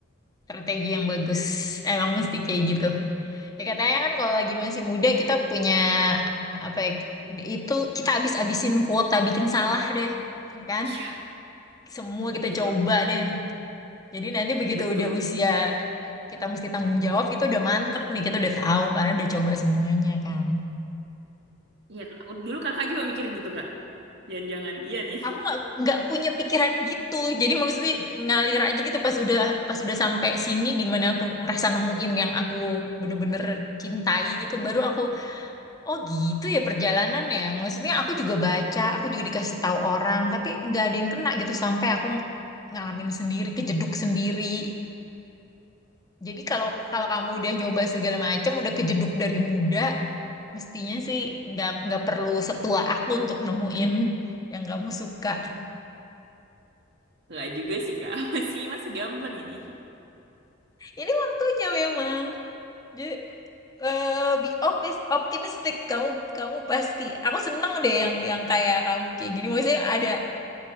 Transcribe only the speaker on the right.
Iya,
itu
betul.
Iya, aku dulu Kakak juga mikir gitu, Kak. Jangan-jangan iya nih.
Iya
sih.
Nggak juga sih, Kak. <laughs> Masih masih gamblang ini.